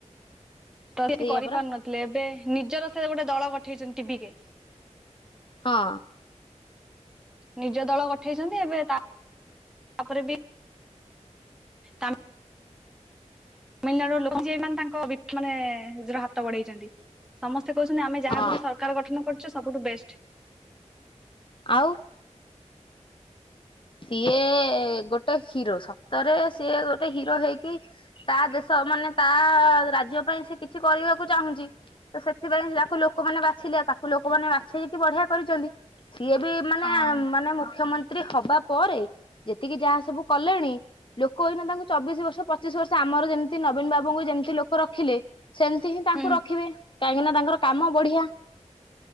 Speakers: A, in the centre; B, on the left.
A: ତ ସେ
B: ସେଇଆ
A: କରିପାରୁ
B: ପରା
A: ନଥିଲେ ଏବେ ନିଜର ସେ ଗୋଟେ ଦଳ ଗଠେଇଛନ୍ତି ଟିଭିିରେ
B: ହଁ।
A: ନିଜ ଦଳ ଗଠେଇଛନ୍ତି ଏବେ ତା ତାପରେ ବି ତାମି ତାମିଲନାଡୁ ର ଲୋକ ଯିଏ ମାନେ ତାଙ୍କ ମାନେ ନିଜର ହାତ ବଢେଇଛନ୍ତି। ସମସ୍ତେ କହୁଛନ୍ତି ଆମେ ଯାହାକୁ
B: ହଁ
A: ବି ସରକାର ଗଠନ କରିଚୁ ସବୁଠୁ ବେଷ୍ଟ।
B: ଆଉ ସିଏ ଗୋଟେ ହିରୋ ସତରେ ସିଏ ଗୋଟେ ହିରୋ ହେଇକି ତା ଦେଶ ମାନେ ତା ରାଜ୍ୟ ପାଇଁ ସେ କିଛି କରିବାକୁ ଚାହୁଁଚି। ତ ସେଥିପାଇଁ ତାକୁ ଲୋକମାନେ ବାଛିଲେ ତାକୁ ଲୋକମାନେ ବାଛେଇକି ବଢିଆ କରିଛନ୍ତି। ସିଏ ବି ମାନେ
A: ହଁ
B: ମାନେ ମୁଖ୍ୟମନ୍ତ୍ରୀ ହବା ପରେ ଯେତିକି ଯାହା ସବୁ କଲେଣି ଲୋକ ଏଇନେ ତାଙ୍କୁ ଚବିଶ ବର୍ଷ ପଚିଶ ବର୍ଷ ଆମର ଯେମିତି ନବୀନ ବାବୁଙ୍କୁ ଯେମିତି ଲୋକ ରଖିଲେ, ସେମିତି ହିଁ ତାଙ୍କୁ
A: ହୁଁ
B: ରଖିବେ କାହିଁକିନା ତାଙ୍କର କାମ ବଢିଆ।